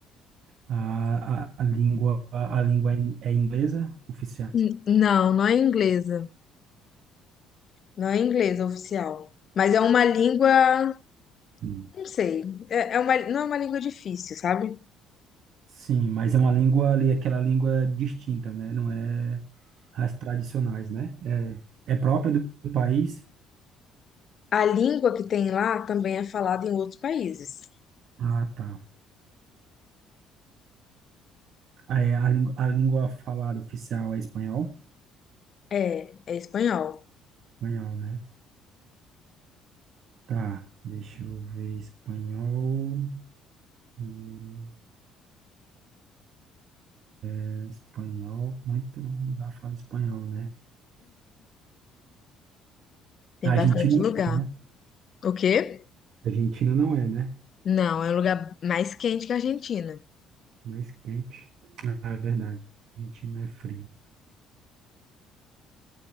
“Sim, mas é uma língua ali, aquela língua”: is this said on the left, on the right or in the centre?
Right